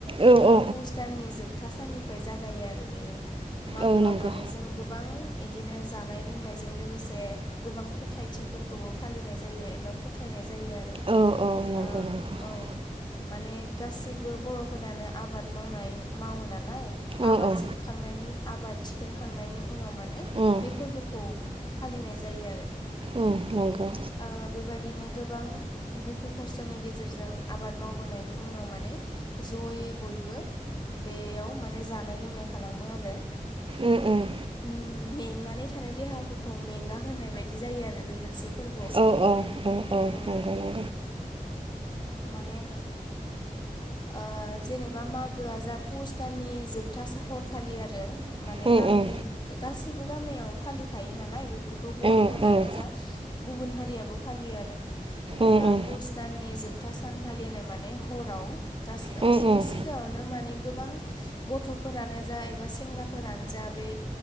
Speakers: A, on the right; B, on the left.
A: औ
B: ओ
A: औ
B: पुस दाननि जोबथा साननिफ्राय जागायो आरो बेयो। मागोआव
A: औ नंगौ
B: माने जों गोबां इदिनो जानाय लोंनायजों लोगोसे गोबां फोथायथिफोरखौबो फालिनाय जायो एबा फोथायनाय जायो आरो ओ
A: औ औ नंगौ नंगौ
B: औ। माने गासैबो बर'फोरानो आबाद मावनाय मावो नालाय। आबाद
A: औ औ
B: जोबखांनायनि आबाद थिखांखांनायनि उनाव माने
A: उम
B: बे फोरबोखौ फालिनाय जायो आरो।
A: उम नंगौ।
B: ओ बेबायदिनो गोबां दुखु खस्थ'नि गेजेरजों आबाद मावबोनायनि उनाव माने जयै बयबो बेयाव माने जानाय लोंनाय खालामो आरो।
A: उम उम।
B: उम मेंनानै थानाय देहाफोरखौ मेंगा होनाय बायदि जायो आरो बे मोनसे फोरबोआव।
A: औ औ औ
B: औ
A: नंगौ
B: माने ओ जेनेबा मागोआ जा पुस दाननि जोबथा सा हरखालि आरो। माने
A: नंगौ उम
B: गामिनि
A: उम
B: गासैबो गा-गामियावनो फालिखायो नालाय बेफोरखौ बर'फोरानो
A: उम
B: जा गुबुन हारियाबो फालियो आरो
A: उम
B: दा पुस दाननि जोब बथा सानखालिनो माने हराव गास
A: उम
B: बेनि
A: उम
B: सिगाङावनो माने गोबां गथ'फोरानो जा एबा सेंग्राफोरानो जा बे